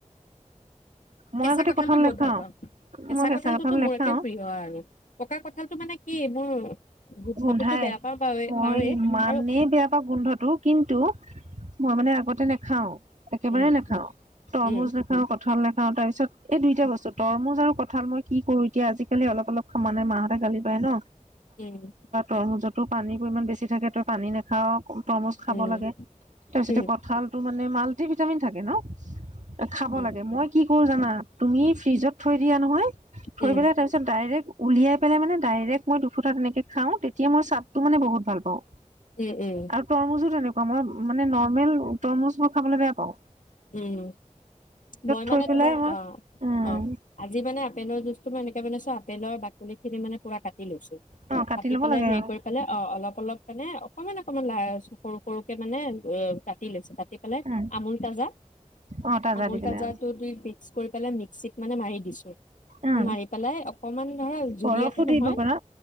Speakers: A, on the right; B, on the left.
A: মই
B: কেচা
A: আগতে
B: কঠালটো
A: কঁঠাল
B: বহুত
A: নেখাও
B: ভাল পাও কেচা
A: মই কেঁচা
B: কঠালটোটো
A: কঁঠাল নেখাও
B: মোৰ একে প্ৰিয় আৰু পকা কঠালটো মানে কি মোৰ গোন্ধটোতো
A: গন্ধায়
B: বেয়া পাওঁ পাৱে
A: মই
B: পাওঁৱেই
A: ইমানেই
B: আৰু
A: বেয়া পাও গন্ধটো কিন্তু, মই মানে আগতে নেখাও একেবাৰে
B: উম
A: নেখাও তৰমুজ
B: উম
A: নেখাও কঠাল ঠলে আ তাৰ পিছত এই দুইটা বস্তুই তৰমুজ খাও কঠাল মই কি কৰো এতিয়া আজিকালি অলপ অলপ মানে মাহতে গালি পাৰে ন।
B: উম!
A: তৰমুজটো পানীটো ইমান বেছি থাকে তই, পানী নেখাও তৰমুজ খাব
B: উম
A: লাগে তই যদি
B: উম
A: কঠালটো মানে মাল্টিভিটামিন থাকে ন খাব
B: উম
A: লাগে মই কি কৰো জানা তুমি ফ্ৰিজত থৈ দিয়া নহয় থৈ
B: উম
A: পেলে তাৰ পিছত ডাইৰেক্ট, উলিয়াই পেলে মানে ডাইৰেক্ট মই দুখুতা তেনেকে, খাও তেতিয়া মই চাল, টো মানে বহুত ভাল পাও
B: উম উম
A: আৰু তৰমুজো তেনেকুৱা মই মানে নৰ্মেল তৰমুজো খাবলে বেয়া পাও।
B: উম মই
A: থৈ
B: মানে
A: পেলাই
B: তোমাৰ
A: মই
B: অ
A: উম
B: অ আজি মানে আপেলৰ জুচ টো মই এনেকে বনাইছো আপেলৰ বাকলিখিনি মানে পুৰা কাটি লৈছো
A: অ
B: কাটি
A: ল'ব
B: পেলে
A: লাগে
B: হেৰি
A: আৰু
B: কৰি পেলে অ অলপ অলপ, মানে অ অকমান অকমান বাচ সৰু সৰুকে মানে উম কাটি লৈছো কাটি পেলে
A: উম
B: আমুল তাজা
A: অ তাজা
B: আমুল
A: দি পেলাই
B: তাজাটো
A: অ
B: দি মিক্স কৰি পেলে মিক্সিত, মানে মাৰি দিছো
A: উম
B: মাৰি পেলায় অকমান নহয় জুলীয়াটো
A: বৰফো দিব
B: নহয়
A: পাৰা